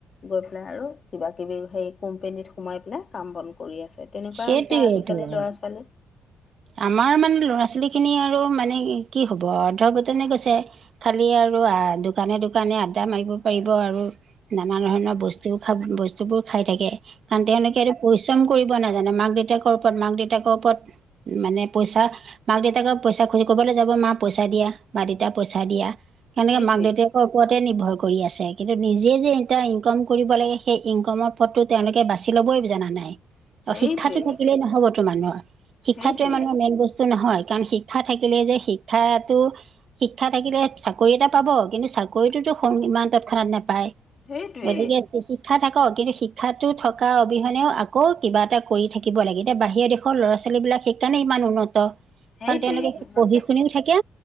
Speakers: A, on the left; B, on the right.
A: গৈ পেলাই আৰু কিবা কিবি সেই কোম্পেনীত সোমাই পেলাই কাম বন কৰি আছে। তেনেকুৱা
B: সেইটোৱেইটো
A: হৈছে আজিকালি
B: আৰু।
A: ল'ৰা ছোৱালী।
B: আমাৰ মানে ল'ৰা-ছোৱালীখিনি আৰু মানে কি হ'ব অৰ্ধ পতনে গৈছে। খালি আৰু দোকানে দোকানে আড্ডা মাৰিব পাৰিব আৰু - নানা ধৰণৰ বস্তু খাব বস্তু বোৰ খাই থাকে কাৰণ তেওঁলোকেটো প‌ৰি - পৰিশ্ৰম কৰিব নাজানে, মাক দেউতাকৰ ওপৰত মাক দেউতাকৰ ওপৰত মানে পইচা - মাক দেউতাকক পইচা খোজে কৰবালে যাব মা পইচা দিয়া বা দেউতা পইচা দিয়া, হেনেকে
A: সেইটোৱে
B: মাক দেউতাক - ওপৰতে নিৰ্ভৰ কৰি আছে, কিন্তু নিজে যে এটা ইনকম কৰিব লাগে সেই ইনকমৰ - পথটো তেওঁলোকে বাচি ল'বই জানা নাই।
A: সেইটোৱে
B: অ', শিক্ষাতো থাকিলেই ন'হব তো মানুহৰ, শিক্ষাটোৱেই
A: সেইটোৱে
B: মানুহৰ মেইন বস্তু - বস্তু নহয়, কাৰণ শিক্ষা থাকিলে যে শিক্ষাটো - শিক্ষা থাকিলে চাকৰি এটা পাব, কিন্তু চাকৰিটোতো ইমান তৎক্ষণাত নাপায়।
A: সেইটোৱে
B: গতিকে চি শি - শিক্ষা থাকক, কিন্তু শিক্ষাটো থকা অবিহনেও আকৌ কিবা এটা কৰি থাকিব লাগে, এতিয়া বাহিৰৰ দেশৰ ল'ৰা ছোৱা - ছোৱালীবিলাক সেইকাৰণে ইমান উন্নত।
A: সেইটোৱে
B: কাৰণ তেওঁলোকে
A: সিহঁতে
B: পঢ়ি শুনিও থাকে,